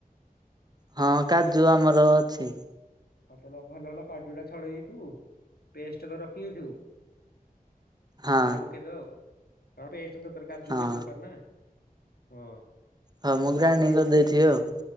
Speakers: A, on the right; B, on the left.
A: ହଁ କାଜୁ ଆମର ଅଛି।
B: ଆଉ ତା ହେଲେ ଭଲ ହେଲା କାଜୁ ଟା ଛଡ଼େଇ ଦେଇଥିବୁ ପେଷ୍ଟ କରି ରଖିଦେଇଥିବୁ।
A: ହଁ
B: ସେଇଟା ପକେଇଦବା ଆଉ ଆଉ ପେଷ୍ଟ ଦରକାର କାଜୁ
A: ହଁ
B: ପାଇଁ ଦରକାର ନା ହଁ।
A: ହଁ ମୁଁ ଗ୍ରାଇଣ୍ଡିଗି
B: ଆଉ ଜାଣିଛୁ
A: କରିଦେଇଥିବି
B: କେ
A: ଆଉ।